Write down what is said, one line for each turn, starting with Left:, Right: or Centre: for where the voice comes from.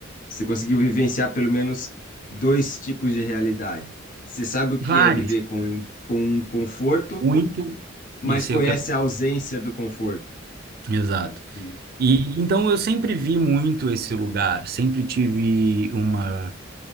Left: você conseguiu vivenciar pelo menos dois tipos de realidade. Você sabe o que
Right: Vários,
Left: é viver com, com um conforto,
Right: muito.
Left: mas
Right: E sei
Left: conhece
Right: o que é.
Left: a ausência do conforto.
Right: Exato.
Left: Sim.
Right: E então eu sempre vi muito esse lugar, sempre tive uma,